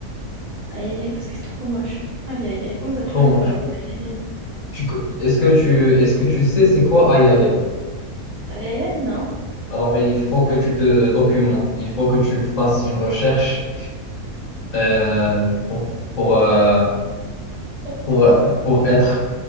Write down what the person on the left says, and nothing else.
Trop
moche.
Tu co- est-ce que tu, est-ce que tu sais c'est quoi Ayaya?
Alors, il faut que tu te documentes, il faut que tu fasses une recherche euh, pour, pour, euh,
pour, pour être.